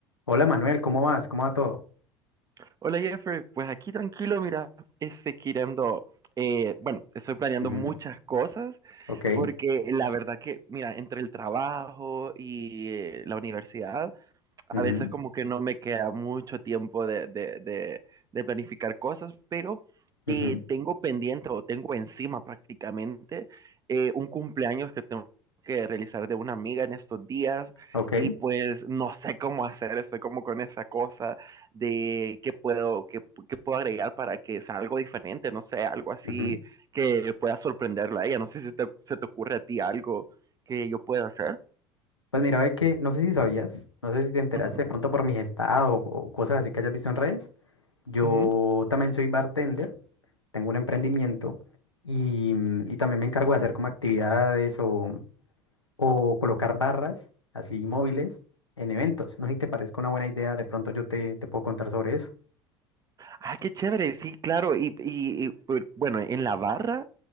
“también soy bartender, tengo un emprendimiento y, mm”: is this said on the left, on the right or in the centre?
Left